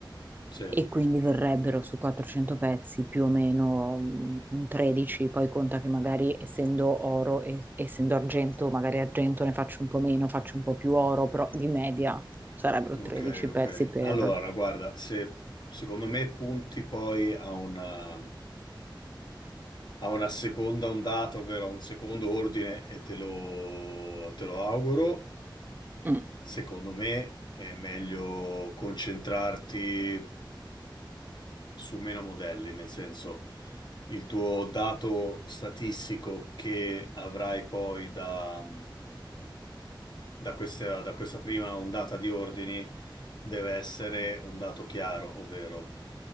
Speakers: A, on the left; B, on the right.
A: Sì.
B: e quindi verrebbero su 400 pezzi più o meno mm, un 13, poi conta che magari essendo oro e essendo argento, magari argento ne faccio un po' meno, faccio un po' più oro, però di media sarebbero
A: Ok,
B: 13 pezzi
A: ok.
B: per...
A: Allora, guarda, se secondo me punti poi a una, a una seconda ondata, ovvero a un secondo ordine, e te lo, te lo auguro,
B: Mm,
A: secondo me è meglio concentrarti. su meno modelli, nel senso il tuo dato statistico che avrai poi da, da questa, da questa prima ondata di ordini deve essere un dato chiaro, ovvero